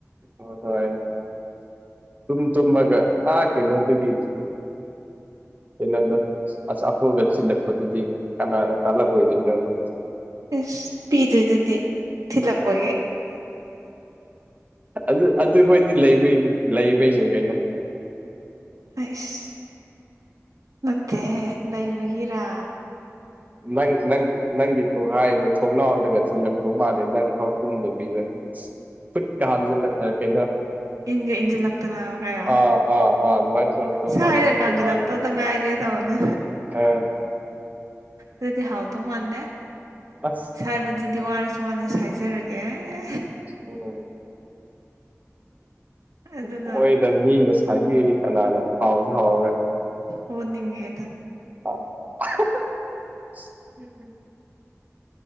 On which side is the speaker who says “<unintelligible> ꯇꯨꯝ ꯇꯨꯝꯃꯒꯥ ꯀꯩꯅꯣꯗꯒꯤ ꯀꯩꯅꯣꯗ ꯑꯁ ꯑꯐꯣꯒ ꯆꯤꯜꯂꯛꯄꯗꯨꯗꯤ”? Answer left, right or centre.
Right